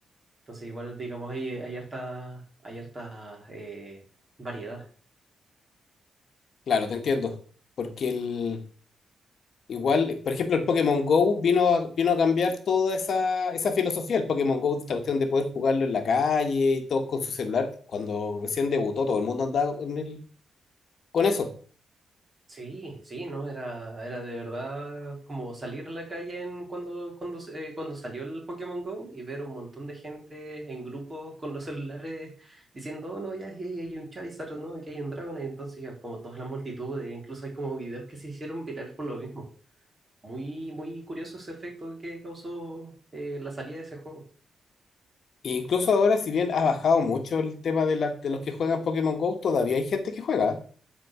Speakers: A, on the right; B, on the left.
A: Entonces, igual, digamos, hay, hay harta, hay harta eh, variedad.
B: Claro, te entiendo. Porque el, igual, por ejemplo, el Pokémon Go vino a, vino a cambiar toda esa, esa filosofía. El Pokémon Go, esta cuestión de poder jugarlo en la calle y todo con su celular. Cuando recién debutó, todo el mundo andaba en el- con eso.
A: Sí, sí, no, era, era de verdad como salir a la calle en cuando, cuando, se- eh, cuando salió el Pokémon Go y ver un montón de gente en grupos con los celulares diciendo, "Oh, no, ya aquí hay, hay un Charizard, no, aquí hay un Dragonite, y entonces ya como toda la multitud, e incluso hay como videos que se hicieron viral por lo mismo. Muy, muy curioso ese efecto que causó eh, la salida de ese juego.
B: E incluso ahora, si bien ha bajado mucho el tema de, la- de los que juegan Pokémon Go, todavía hay gente que juega.